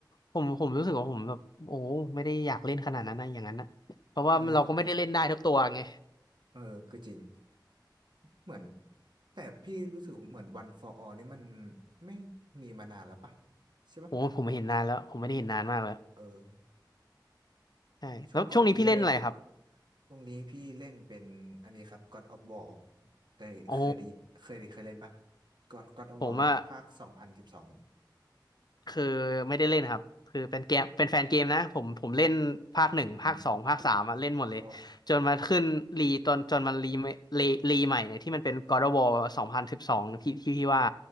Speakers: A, on the left (about 60°); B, on the right (about 65°).
A: ผมผมรู้สึกว่าผมแบบโอ้ไม่ได้อยากเล่นขนาดนั้นนะอย่างนั้นนะเพราะว่าเราก็ไม่ได้เล่นได้ทุกตัวไง
B: เออ เออก็จริงเหมือนแต่พี่รู้สึกเหมือน One for All นี่มัน ไม่มีมานานแล้วปะใช่ปะ
A: ผมผมไม่เห็นนานแล้วผมไม่ได้เห็นนานมากแล้ว
B: เออ
A: ใช่แล้วช่วงนี้พี่เล่นอะไรครับ
B: ช่วงก่อนพี่ก็เล่น ตรงนี้พี่เล่นเป็น อันนี้ครับ God of War เคยเคยได้เคยได้เคยเล่นปะ
A: โอ้
B: God God of
A: ผมอะ
B: War ภาคสองพันสิบสอง
A: คือไม่ได้เล่นครับคือเป็นเกมเป็นแฟนเกมนะผมผมเล่นภาคหนึ่งภาคสองภาคสามอะเล่นหมดเลยจนมาขึ้นรีตอนจนมันรี
B: อ่าโอ้
A: รีรีใหม่เนี่ยที่มันเป็น God of War สองพันสิบสองพี่ที่พี่ว่า